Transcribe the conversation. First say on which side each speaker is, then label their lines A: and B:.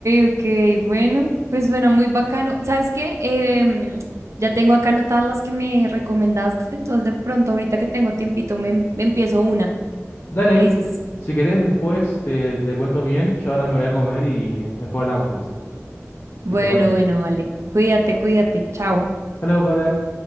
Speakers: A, on the right; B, on the left.
A: ok, bueno, pues suena muy bacano. ¿Sabes qué? Em, ya tengo acá anotadas las que me recomendaste, entonces de pronto ahorita que tengo tiempito me, em- me empiezo una.
B: Dale,
A: ¿Qué dices?
B: si querés después te, te cuento bien, yo ahora me voy a comer y después hablamos entonces.
A: Bueno,
B: Y te cuento.
A: bueno, vale. Cuídate, cuídate. Chao.
B: Hasta luego, Paula.